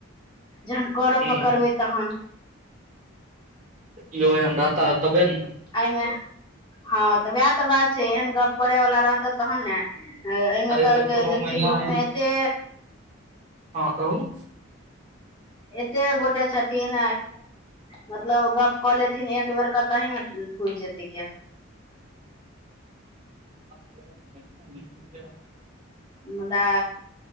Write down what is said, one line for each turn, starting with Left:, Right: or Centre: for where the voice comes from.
Left: जहन करऽ पकड़बै
Right: हूँ
Left: तहन
Right: कियो एहन <unintelligible> ने
Left: अई मे हँ तऽ वएह तऽ बात छै एहन गप करै वला रहतै तहन ने अइ मे
Right: अरे
Left: तऽ के
Right: कोनो
Left: देख
Right: महिला
Left: छी ग्रुप मे एते
Right: हं कहु
Left: एते गोटे छथिन मतलब गप कऽ लेथिन एक बेर क ताहि मे पूरि जेतै के
Right: <inaudible>
Left: मुदा